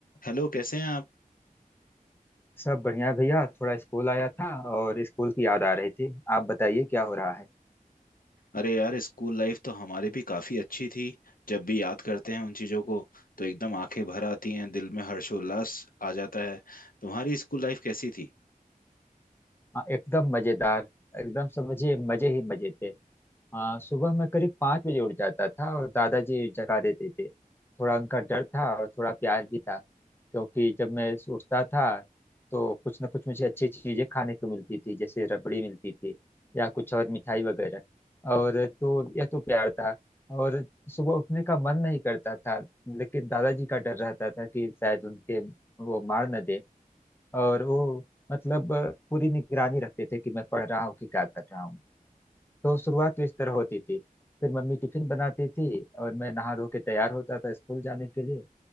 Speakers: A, on the left (about 75°); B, on the left (about 15°).
A: Hello कैसे हैं आप
B: सब बढ़िया है भैया थोड़ा स्कूल आया था और स्कूल की याद आ रही थी आप बताइए क्या हो रहा है
A: अरे यार स्कूल लाइफ तो हमारी भी काफी अच्छी थी जब भी याद करते हैं उन चीजों को तो एकदम आंखें भर आती हैं दिल में हर्षोल्लास आ जाता है तुम्हारी स्कूल लाइफ कैसी थी
B: हाँ एकदम मजेदार एकदम समझिए मजे ही मजे थे हाँ सुबह मैं करीब पाँच बजे उठ जाता था और दादाजी जगा देते थे थोड़ा उनका डर था और थोड़ा प्यार भी था क्योंकि जब मैं उठता था तो कुछ ना कुछ मुझे अच्छी चीजें खाने को मिलती थी जैसे रबड़ी मिलती थी या कुछ और मिठाई वगैरह और तो यह तो प्यार था और सुबह उठने का मन नहीं करता था लेकिन दादाजी का डर रहता था कि शायद उनके वो मार न दे और वो मतलब पूरी निगरानी रखते थे कि मैं पढ़ रहा हूँ कि क्या कर रहा हूँ तो शुरुआत तो इस तरह होती थी फिर मम्मी टिफिन बनाती थी और मैं नहा धो के तैयार होता था स्कूल जाने के लिए